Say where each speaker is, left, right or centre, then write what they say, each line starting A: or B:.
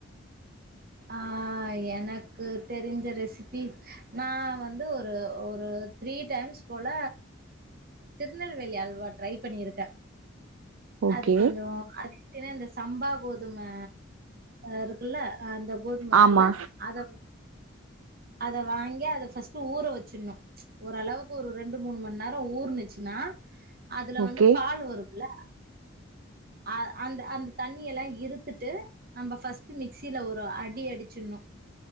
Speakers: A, on the right (about 45°); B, on the right (about 90°).
A: ஆ எனக்கு தெரிஞ்ச ரெசிபி நா வந்து ஒரு ஒரு த்ரீ டைம்ஸ் போல திருநெல்வேலி அல்வா ட்ரை பண்ணிருக்கே
B: ஓகே
A: அது கொஞ்ச அது எப்டினா இந்த சம்பா கோதும இருக்குல்ல அ அந்த கோதும இருக்குல
B: ஆமா
A: அத அத வாங்கி அத ஃபர்ஸ்ட் ஊற வச்சிடணு ஓரளவுக்கு ஒரு ரெண்டு மூணு மண்நேர ஊர்னுச்சுன்னா அதுல
B: ஓகே
A: வந்து பால் வரு ல அ அந்த அந்த தண்ணி எல்லா இருத்துட்டு நம்ப ஃபஸ்ட்டு மிக்சில ஒரு அடி அடிச்சுர்ணு